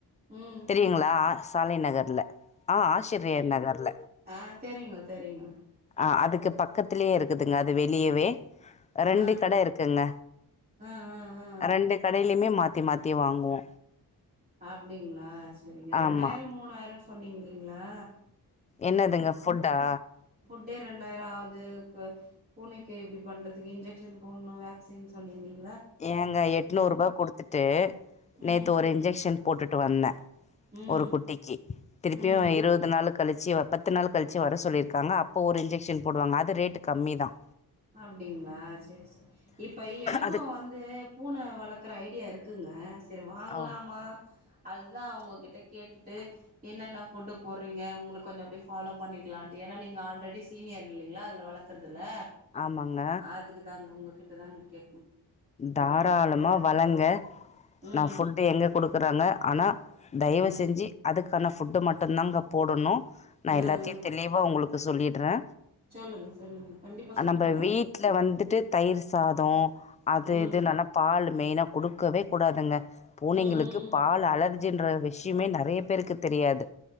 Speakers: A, on the right; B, on the left.
A: ம்
B: தெரியுங்ளா சாலை நகர்ல ஆஹ் ஆஸ்சிரியர் நகர்ல
A: ஆஹ் செரிங் செரிங்க செரிங்க
B: அஹ் அதுக்கு பக்கத்துலயே இருக்குதுங்க அது வெளியவே ரெண்டு
A: ஆ
B: கடை இருக்குங்க
A: ஆ ஆ ஆ
B: ரெண்டு கடையிலயுமே மாத்த மாதி மாத்தி வாங்குவோ
A: அப்டிங்களா செரிங்க ரெண்டாயிரம்
B: ஆமா
A: மூணாயிரம்னு சொன்னீங்க ங்ளா
B: என்னதுங்க ஃபுட்டா
A: கே ரெண்டாயிரொ ஆவுது பூனைக்கே இப்டி பண்றதுக்கு இன்ஜெக்க்ஷன் போடனு வேக்சின் சொல்லியிருந்தீங்க
B: எங்க எட்நூறு ரூபா குடுத்துட்டு நேத்து
A: ம்
B: ஒரு இன்ஜெக்க்ஷன் போட்டுட்டு வந்தே
A: ம்
B: ஒரு குட்டிக்கு திருப்பியு
A: ம்
B: இருபது நாளு கழிச்சு பத்து நாளு கழிச்சு வர சொல்லிரு இருக்காங்க அப்போ ஒரு இன்ஜெகக்ஷன் போடுவாங்க அது ரேட்டு கம்மி தான்
A: அப்டிங்களா செரி செரி இப்ப எனக்கு
B: அது
A: வந்து இது பூனை வளர்க்குற ஐடியா இருக்குங்க செரி வாங்கலாமா
B: ஓ
A: அதுதா அவங்க கிட்ட கேட்டுட்டு என்னென்ன ஃபுட்டு போடுறீங்க உங்களுக்கு கொஞ்சோ அப்டியே ஃபாலோ பண்ணிக்கலான்ட்டு ஏன்னா நீங்கள் ஆல்ரெடி சீனியர் இல்லைங்களா அதில் வளர்க்குறதுல்ல
B: ஆமாங்க
A: அதுக்கு தாங்க உங்க கிட்டதான்ங்க கே
B: தாராளமா வளங்க
A: ம்
B: நான் ஃபுட் எங்க கொடுக்குறாங்க அனா தயவு
A: ம்
B: செஞ்சு அதுக்கு க்கான ஃபுட்டு மட்டுந்தான்ங்க போடணு நா
A: ம்
B: எல்லாத்தையு
A: ம்
B: தெளிவா உங்களுக்கு சொல்லிடுறே
A: சொல்லுங்க சொல்லுங்க கண்டிப்பா சொல்லுங்க
B: நம்ம வீட்டுல வந்துட்டு தயிர் சாதோ அது
A: ம்
B: இது நல்லா பாலுமே ஏன்னா கொடுக்கவே கூடாதுங்க பூனைங்களுக்கு
A: ம்
B: பால் அலர் அலர்ஜின்ற விஷ்யமே நெறய பேருக்கு தெரியாது